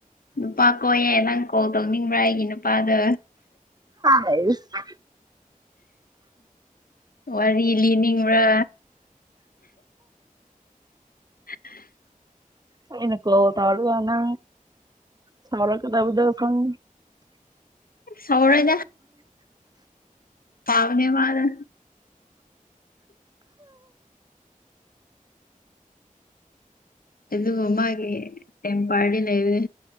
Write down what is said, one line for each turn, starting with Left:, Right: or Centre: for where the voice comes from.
Left: ꯅꯨꯄꯥ ꯀꯣꯏꯌꯦꯦ ꯅꯪ ꯀꯣꯜ ꯇꯧꯅꯤꯡꯕ꯭ꯔꯥ ꯑꯩꯒꯤ ꯅꯨꯄꯥꯗꯣ
Right: ꯑꯁ
Left: ꯋꯥꯔꯤ ꯂꯤꯅꯤꯡꯕ꯭ꯔꯥ <unintelligible>
Right: ꯑꯅ ꯀꯣ ꯇꯒꯅ ꯁꯔ ꯀꯗꯕꯨꯗ ꯈꯪ
Left: ꯍꯥꯎꯔꯗ ꯐꯥꯎꯅꯦ ꯃꯥꯔ ꯑꯗꯨꯗꯨ ꯃ ꯃꯥꯒꯤꯦ ꯇꯝ ꯄꯥ ꯂꯩ ꯂꯩꯦ